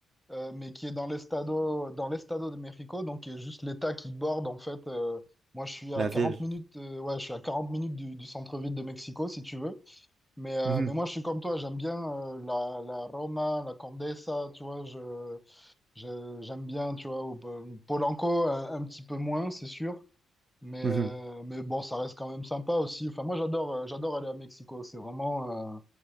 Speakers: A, in the centre; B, on the right.
A: euh, mais qui est dans l'estado, dans l'estado de Mexico, donc qui est juste l'État qui borde en fait. euh, moi, je suis à
B: La
A: 40
B: ville.
A: minutes, euh, ouais, je suis à 40 minutes du, du centre-ville de Mexico, si tu veux. Mais, euh,
B: Mhm,
A: mais moi, je suis comme toi, j'aime bien euh, la, la Roma, la Condesa, tu vois, je, je- j'aime bien, tu vois, au- euh, Polanco, un, un petit peu moins, c'est sûr. Mais,
B: mhm,
A: euh, mais bon, ça reste quand même sympa aussi. Enfin, moi, j'adore euh, j'adore aller à Mexico. C'est vraiment euh,